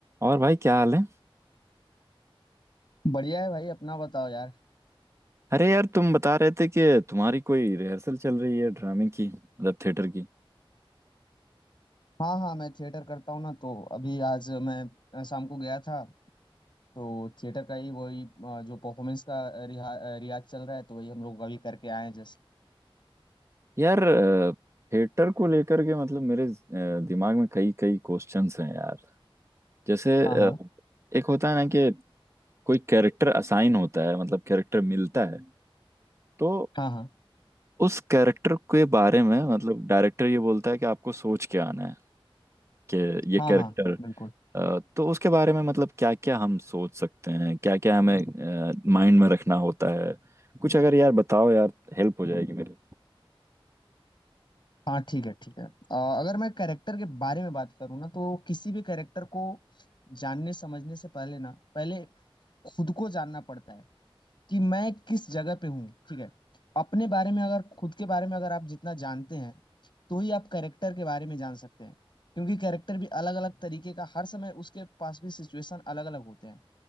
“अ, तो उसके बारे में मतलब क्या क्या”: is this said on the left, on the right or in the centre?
Right